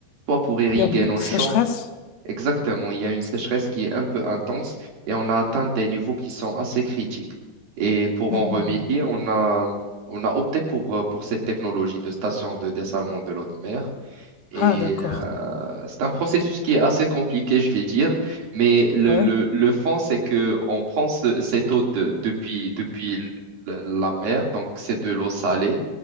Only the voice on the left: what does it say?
il y a beaucoup
de sécheresse.
Mhm.
Ah, d'accord.
Ouais.